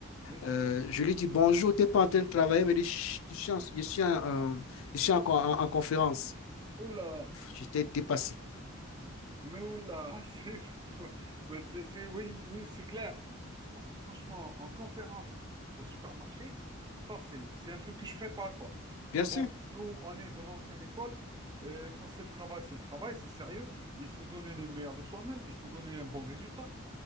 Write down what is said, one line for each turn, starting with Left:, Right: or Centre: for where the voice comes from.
Right: oui.
Left: Euh, je lui dis bonjour, t'es pas en train de travailler, elle me dit Chut, je suis, en- je suis, en, euh, je suis en con- en- en conférence.
Right: Oula!
Left: J'étais dépassé.
Right: Mais oula, <laughs> c'est, faut- faut- mais c'est, c'est- oui, oui, c'est clair. Parce que franchement, en conférence au supermarché, ça, c'est, c'est un truc que je ferais pas, quoi.
Left: Bien sûr.
Right: Bon, nous, on est de l'ancienne école. euh, quand c'est le travail, c'est le travail, c'est sérieux. Il faut donner le meilleur de soi-même, il faut donner un bon résultat.